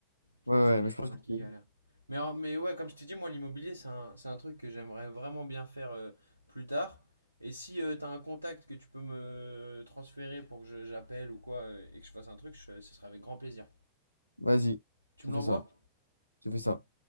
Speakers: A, on the right; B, on the left.
A: Je
B: Ouais,
A: pense
B: ouais,
A: qu'il
B: mais
A: y en a
B: je
A: pas
B: pense
A: mal
B: que
A: qui
B: c'est.
A: galèrent. Mais en- mais ouais, comme je t'ai dit, moi l'immobilier, c'est un, c'est un truc que j'aimerais vraiment bien faire euh, plus tard. Et si euh, t'as un contact que tu peux me transférer pour que je- j'appelle ou quoi euh, et que je fasse un truc, je- ce sera avec grand plaisir.
B: Vas-y,
A: Tu
B: tu
A: me
B: fais
A: l'envoies?
B: ça. Tu fais ça.